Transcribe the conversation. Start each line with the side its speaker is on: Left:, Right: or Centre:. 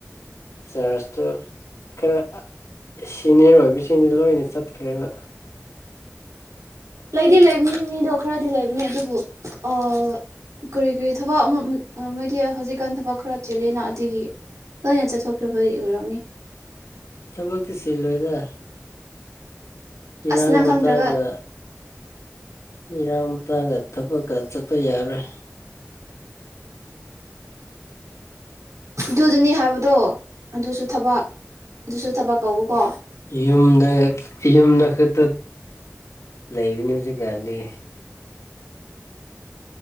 Left: ꯆꯥꯔꯖ ꯇꯣ ꯈꯔ ꯑꯥ ꯁꯤꯅꯤꯌꯔ ꯑꯣꯏꯕꯁꯤꯅ ꯂꯣꯏꯅ ꯆꯠꯈ꯭ꯔꯦꯕ
Right: ꯂꯩꯗꯤ ꯂꯩꯕꯅꯤ ꯃꯤꯗꯣ ꯈꯔꯗꯤ ꯂꯩꯕꯅꯦ ꯑꯗꯨꯕꯨ ꯑꫭ ꯀꯔꯤ ꯀꯔꯤ ꯊꯕꯛ ꯑꯃ ꯃꯣꯏꯗꯤ ꯍꯧꯖꯤꯛꯀꯥꯟ ꯊꯕꯛ ꯈꯔ ꯆꯤꯜꯂꯤꯅ ꯑꯗꯨꯒꯤ ꯂꯣꯏꯅ ꯆꯠꯊꯣꯛꯈꯕꯩ ꯑꯣꯏꯔꯝꯅꯤ
Left: ꯊꯕꯛꯇꯤ ꯆꯤꯜꯂꯣꯏꯗ ꯏꯔꯥꯡ
Right: ꯑꯁ ꯅꯪ
Left: ꯃꯇꯥꯒ
Right: ꯈꯪꯗ꯭ꯔꯒ
Left: ꯏꯔꯥꯡ ꯃꯇꯥꯒ ꯊꯕꯛꯀ ꯆꯠꯄ ꯌꯥꯔꯣꯏ
Right: ꯑꯗꯨꯗꯨꯅꯤ ꯍꯥꯏꯕꯗꯣ ꯑꯗꯨꯁꯨ ꯊꯕꯛ ꯑꯗꯨꯁꯨ ꯊꯕꯛ ꯀꯧꯕꯀꯣ
Left: ꯌꯨꯝꯗ ꯌꯨꯝꯗ ꯈꯛꯇ ꯂꯩꯕꯅꯤ ꯍꯧꯖꯤꯛꯀꯥꯟꯗꯤ